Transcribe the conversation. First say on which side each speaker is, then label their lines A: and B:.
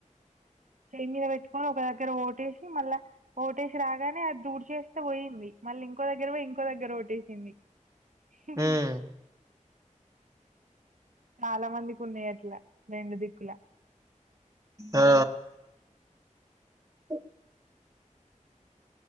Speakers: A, on the right (about 70°); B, on the right (about 25°).
A: చెయి మీద పెట్టుకొని ఒక దగ్గర ఓటేసి మళ్ళా ఓటేసి రాగానే అది తుడు చేస్తే పోయింది మళ్ళీ ఇంకో దగ్గర పోయి ఇంకో దగ్గర ఓటేసింది హ
B: హ్మ్.
A: చాలా మందికి ఉన్నాయి అట్లా రెండు దిక్కులా
B: ఆ అ